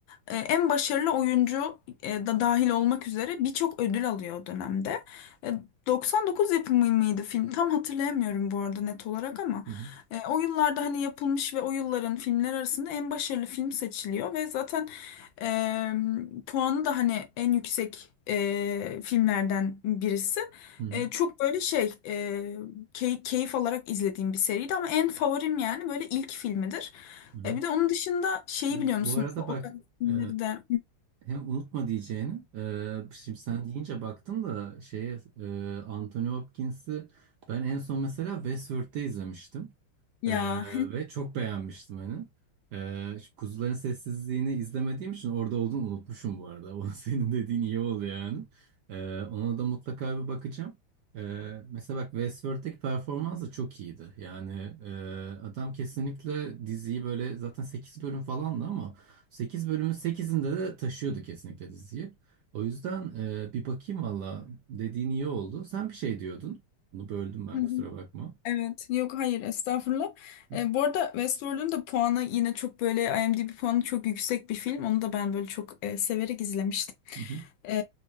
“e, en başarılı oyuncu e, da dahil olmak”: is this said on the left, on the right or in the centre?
Left